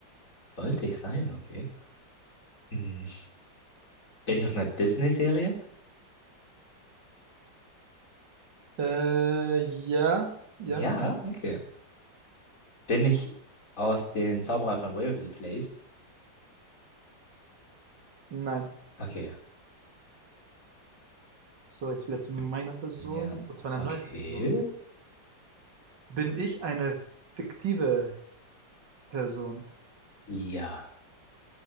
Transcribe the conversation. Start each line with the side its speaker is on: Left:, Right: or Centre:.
Left: Sollte ich sein, okay. Hm, Bin ich aus einer Disney-Serie?
Right: Äh, ja, ja,
Left: Ja, okay. Bin ich aus den Zauberern von Waverly Place?
Right: nein.
Left: Okay,
Right: So, jetzt wieder zu meiner Person,
Left: ja.
Right: oder zu meiner
Left: Okay.
Right: neuen Person. Bin ich eine fiktive Person?
Left: Ja.